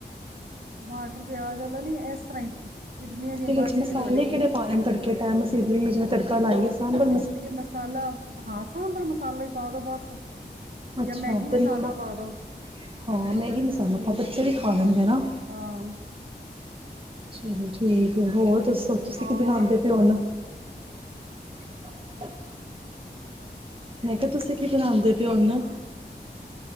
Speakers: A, on the right; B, on the right.
A: ਟਮਾਟਰ ਪਿਆਜ ਨੀ ਇਸ ਤਰ੍ਹਾਂ ਹੀ ਇਡਲੀਆਂ ਜਿਹੀ
B: ਤੇ
A: ਬਚ
B: ਵਿੱਚ ਮਸਾਲੇ
A: ਗਏ ਤੁਹਾਡੀ।
B: ਕਿਹੜੇ ਪਾਣੇ ਨੇ ਤੜਕੇ ਟਾਈਮ ਅਸੀਂ ਇਡਲੀ ਨੂੰ ਜਿਵੇਂ ਤੜਕਾ ਲਾਈਏ ਸਾਂਬਰ
A: ਇਡਲੀ ਮਸਾਲਾ ਹਾਂ ਸਾਂਭਰ ਮਸਾਲਾ ਹੀ <unintelligible>
B: ਅੱਛਾ
A: ਜਾਂ ਮੈਗੀ ਮਸਾਲਾ
B: ਤੇ ਨਮਕ
A: ਪਾ ਦੋ
B: ਹਾਂ ਮੈਗੀ ਮਸਾਲਾ ਆਪ ਬੱਚੇ ਵੀ ਖਾ ਲੈਂਦੇ ਆ ਨਾ।
A: ਹਾਂ
B: ਚਲੋ ਠੀਕ ਹੋਰ। ਦੱਸੋ ਤੁਸੀਂ
A: ਹੋਰ
B: ਕੀ ਬਣਾਉਂਦੇ ਪਓ ਹੁਣ <inaudible> ਮੈਂ ਕਿਹਾ ਤੁਸੀਂ ਕੀ ਬਣਾਉਂਦੇ ਪਏ ਹੁਣ।